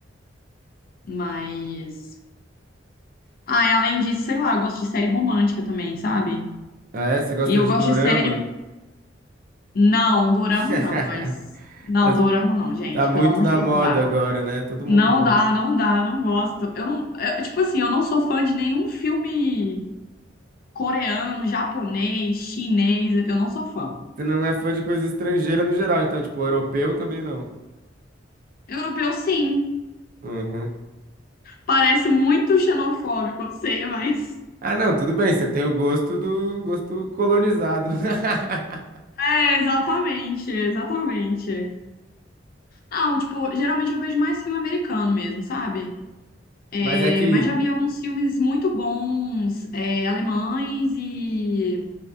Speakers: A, on the left; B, on the right.
A: Mas. Ah, e além disso, sei lá, eu gosto de série romântica também, sabe?
B: Ah, é? Você gosta
A: E eu
B: de
A: gosto
B: dorama?
A: de série. Não, dorama
B: <laughs>
A: não, mas. Não,
B: Que as-
A: dorama não, gente.
B: Tá muito
A: Pelo amor
B: na
A: de Deus,
B: moda
A: não dá.
B: agora, né? Todo mundo
A: Não
B: gosta.
A: dá, não dá, não gosto. Eu não. eu- tipo assim, eu não sou fã de nenhum filme coreano, japonês, chinês, eu não sou fã.
B: Você não é fã de coisa estrangeira no geral, então, tipo, europeu também não.
A: Europeu, sim.
B: Uhum.
A: Parece muito xenofóbico, eu sei, mas. <laughs>
B: Ah, não, tudo bem, você tem o gosto do gosto colonizado. <laughs>
A: É, exatamente, exatamente. Não, tipo, geralmente eu vejo mais filme americano mesmo, sabe?
B: Mas
A: É,
B: é que.
A: mas já vi alguns filmes muito bons, é, alemães e